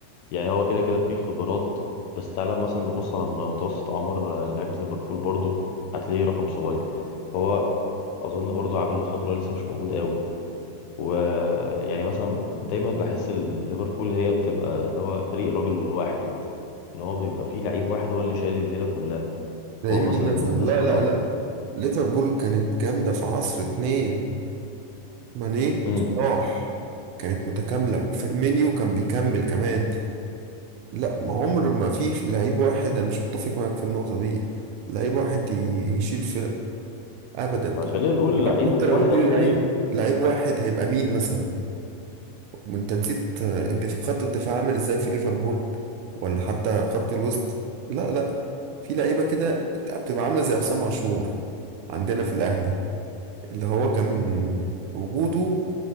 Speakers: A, on the left; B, on the right.
A: يعني هو كده كده فيه خبرات بس تعالى مثلا نبص على متوسط اعمار آه، لعيبه ليفربول برضو هتلاقيه رقم صغير فهو اظن برضو عامل الخبره لسه مش موجود قوي ويعني مثلا دايما بحس ال- ليفربول هي بتبقى اللي هو فريق الراجل الواحد ان هو بيبقى فيه لعيب واحد هو اللي شايل الليله كلها
B: زي
A: هو
B: مين
A: مثلا الناس
B: مثلا لا
A: كلها
B: لا لا ليفربول كانت جامدة في عصر اتنين ماني وصلاح
A: امم
B: كانت متكاملة وفيرمينيو كان بيكمل كمان لا ما عمر ما في لعيب واحد انا مش متفق معاك في النقطة دي لعيب واحد ي- يشيل فرقة ابدا
A: ما خلينا نقول
B: حتى
A: لعيب
B: انت لو
A: واحد
B: قلت لي
A: او اتنين
B: لعيب لعيب واحد هيبقى مين مثلا وانت نسيت آه، الدف- خط الدفاع عامل ازاي في ليفربول ولا حتى خط الوسط لا لا في لعيبه كده بت- بتبقى عامله زي حسام عاشور عندنا في الاهلي اللي هو كان وجوده